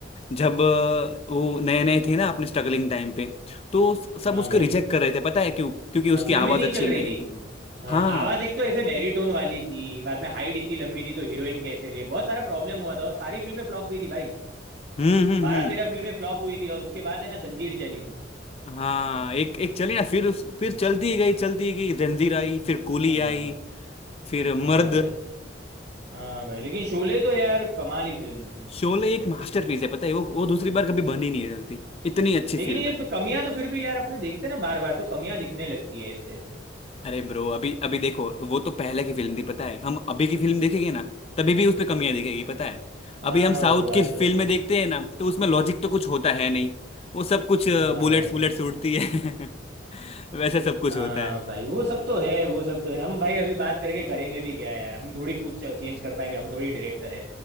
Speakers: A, on the left; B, on the right.
A: जब अ, वो नए नए थे ना अपने स्ट्रगलिंग टाइम पे तो सब
B: हाँ
A: उसको
B: भाई
A: रिजेक्ट कर रहे थे पता है क्यों क्योंकि उसकी
B: हाँ फिल्में
A: आवाज
B: नहीं
A: अच्छी
B: चल
A: नहीं
B: रही थी
A: थी
B: हाँ
A: हाँ
B: आवाज एक तो ऐसे बैरीटोन वाली थी बाद में हाइट इतनी लंबी थी तो हीरोइन कैसे ले बहुत सारा प्रॉब्लम हुआ था और सारी फिल्में फ्लॉप हुई थी भाई
A: हम्म हम्म
B: बारह
A: हम्म
B: तेरह फिल्में फ्लॉप हुई थी और उसके बाद है ना जंजीर चली थी
A: हाँ एक एक चली ना फिर उस फिर चलती गई चलती गई जंजीर आई फिर कूली
B: हाँ
A: आई
B: हाँ
A: फिर मर्द
B: हाँ भाई हाँ भाई लेकिन शोले तो यार कमाल ही फिल्म थी
A: शोले एक मास्टरपीस है पता है वो वो दूसरी बार कभी बन ही नहीं सकती इतनी अच्छी
B: लेकिन
A: फिल्म
B: ये
A: है
B: तो कमियां तो फिर भी यार अपने देखते हैं ना बार बार तो कमियां दिखने लगती है ऐसे
A: अरे ब्रो अभी अभी देखो वो तो पहले की फिल्म थी पता है हम अभी की फिल्म देखेंगे ना तभी भी उस पे कमियां दिखेगी पता है
B: हाँ
A: अभी हम साउथ
B: वो बात
A: की फिल्में
B: तो है
A: देखते हैं ना तो उसमें लॉजिक तो कुछ होता है नहीं वो सब कुछ
B: हाँ
A: बुलेट्स
B: भाई
A: बुलेट्स उड़ती है <laughs> वैसे सब कुछ
B: हाँ
A: होता है
B: भाई वो सब तो है वो सब तो है हम भाई अभी बात करके करेंगे भी क्या यार हम थोड़ी कुछ चेंज कर पाएंगे हम थोड़ी डायरेक्टर है